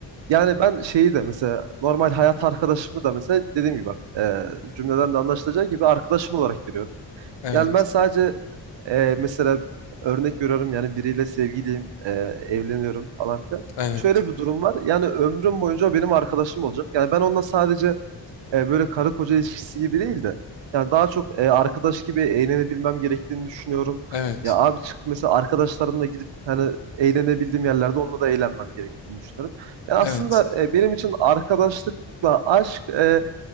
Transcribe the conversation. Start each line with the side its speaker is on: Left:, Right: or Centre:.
Right: yani ben şeyi de mesela normal hayat arkadaşımı da mesela dediğim gibi bak e, cümleden de anlaşılacağı gibi arkadaşım olarak görüyorum.
Left: Evet.
Right: Yani ben sadece e, mesela örnek veriyorum yani biriyle sevgiliyim, e, evleniyorum falan filan.
Left: Evet.
Right: Şöyle bir durum var. Yani ömrüm boyunca o benim arkadaşım olacak. Yani ben onunla sadece e, böyle karı koca ilişkisi gibi değil de yani daha çok e, arkadaş gibi eğlenebilmem gerektiğini düşünüyorum.
Left: Evet.
Right: Ya abi çık mesela arkadaşlarımla gidip hani eğlenebildiğim yerlerde onunla da eğlenmem gerektiğini düşünüyorum. Yani aslında
Left: Evet.
Right: e, benim için arkadaşlıkla aşk e,